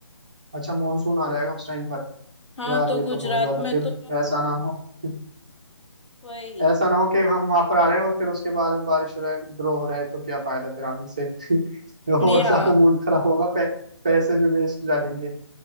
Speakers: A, on the right (about 15°); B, on the left (about 85°).
A: अच्छा मानसून आ जाएगा उस टाइम पर
B: हाँ
A: यार
B: तो
A: ये
B: गुजरात
A: तो बहुत ज्यादा
B: में
A: फिर
B: तो
A: ऐसा ना हो <laughs>
B: वही
A: ऐसा ना हो कि हम वहां पर आ रहे हैं और फिर उसके बाद में बारिश हो जाए ड्रॉ हो जाए तो क्या फायदा फिर आने से <laughs>
B: या
A: और ज्यादा मूड खराब होगा पै, पैसे भी वेस्ट जाएंगे